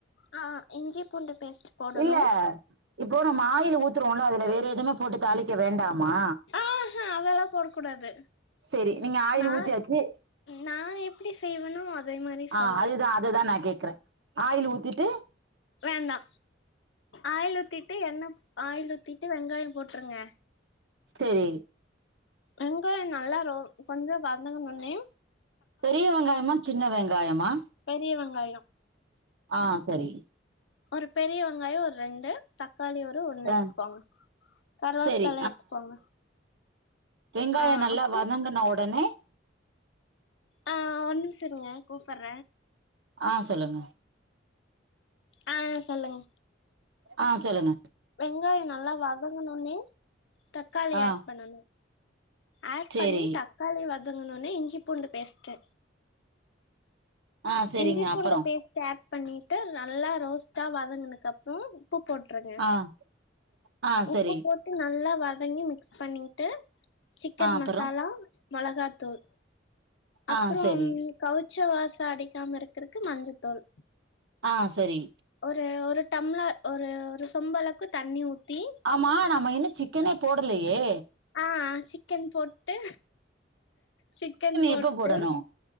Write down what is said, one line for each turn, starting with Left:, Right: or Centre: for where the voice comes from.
Left: ஆ இஞ்சி பூண்டு பேஸ்ட் போடணு
Right: இல்ல இப்போ நம்ம ஆயில் ஊத்துருவோல்ல அதுல வேறு எதுமே போட்டு தாளிக்க வேண்டாமா
Left: ஆஹா அதெல்லா போடக் கூடாது
Right: செரி நீங்க ஆயில்
Left: நா
Right: ஊத்தியாச்சி
Left: நா எப்டி செய்வேனோ அதே மாரி
Right: ஆ
Left: சொல்றே
Right: அதுதா அத தா நா கேக்கறே ஆயில் ஊத்திட்டு
Left: வேணா ஆயில் ஊத்திட்டு எண்ண ஆயில் ஊத்திட்டு வெங்காயோ போட்ருங்க
Right: செரி
Left: வெங்காயோ நல்லா ரோ கொஞ்சோ வதங்கனோனே
Right: பெரிய வெங்காயமா சின்ன வெங்காயமா
Left: பெரிய வெங்காயோ
Right: ஆ செரி
Left: ஒரு பெரிய வெங்காயோ ஒரு ரெண்டு தக்காளி ஒரு ஒண்ணு
Right: ஆ
Left: எடுத்துக்கோங்க கருவோப்புல
Right: சரி
Left: எடுத்துக்கோங்க
Right: வெங்காயோ
Left: ஆ
Right: நல்லா
Left: அப்றோ
Right: வதங்குன ஒடனே
Left: ஆ ஒரு நிமிஷ இருங்க கூப்பற
Right: ஆ சொல்லுங்க
Left: ஆ சொல்லுங்க
Right: ஆ சொல்லுங்க
Left: வெங்காயோ நல்லா வதங்குன ஒனே தக்காளிய
Right: ஆ
Left: ஆட் பண்ணனு ஆட்
Right: சேரி
Left: பண்ணி தக் காளி வதங்குனோனே இஞ்சி பூண்டு பேஸ்ட்டு
Right: ஆ சேரிங்க
Left: இஞ்சி பூண்டு
Right: அப்பறோ
Left: பேஸ்ட ஆட் பண்ணிட்டு நல்லா ரோஸ்ட்டா வதங்குனக்கப்றோ உப்பு போட்ருங்க
Right: ஆ ஆ
Left: உப்பு
Right: சரி
Left: போட்டு நல்லா வதங்கி மி க்ஸ் பண்ணிட்டு சிக்கன்
Right: ஆ அப்பறோ
Left: மசாலா மொளகாத்தூள் அப்றோம்
Right: ஆ சரி
Left: கவுச்ச வாச அடிக்காம இருக்கறக்கு மஞ்சத்தூள்
Right: ஆ செரி
Left: ஒரு ஒரு டம்ளர் ஒரு ஒரு சொம்பளவுக்கு தண்ணி ஊத்தி
Right: ஆமா நாம இன்னு சிக்கனே போடலையே
Left: ஆ ஆ சிக்கன் போட்டு சிக்கன் போட்டு
Right: எப்ப போடணு